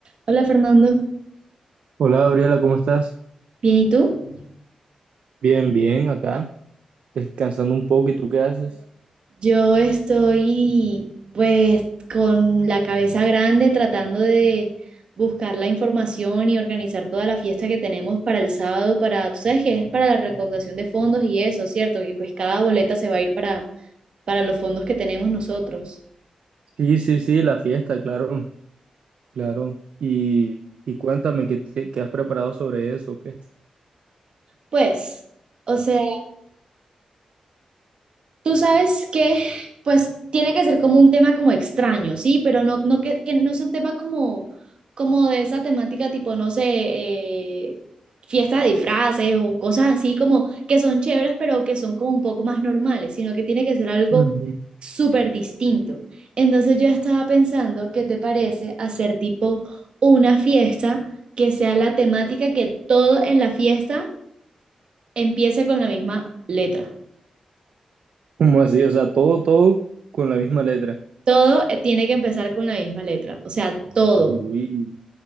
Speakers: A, on the right; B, on the right.
A: Hola Fernando,
B: Hola Gabriela, ¿cómo estás?
A: ¿bien y tú?
B: Bien, bien, acá, descansando un poco. ¿Y tú qué haces?
A: Yo estoy pues con la cabeza grande tratando de buscar la información y organizar toda la fiesta que tenemos para el sábado, para, tú sabes que es para la recaudación de fondos y eso, ¿cierto? Que pues cada boleta se va a ir para, para los fondos que tenemos nosotros.
B: Sí, sí, sí, la fiesta, claro, claro. Y, y cuéntame, ¿qué, te- qué has preparado sobre eso? ¿Qué?
A: Pues, o sea, Tú sabes que, pues, tiene que ser como un tema como extraño, ¿sí? Pero no, no que, que no sea un tema como, como de esa temática tipo, no sé, eh, fiesta de disfraces o cosas así como que son chéveres, pero que son como un poco más normales, sino que tiene que ser algo
B: Ujú.
A: súper distinto. Entonces yo estaba pensando, ¿qué te parece hacer tipo una fiesta que sea la temática que todo en la fiesta empiece con la misma letra?
B: ¿Cómo así? O sea, todo, todo con la misma letra.
A: Todo eh, tiene que empezar con la misma letra, o sea, todo.
B: Uy,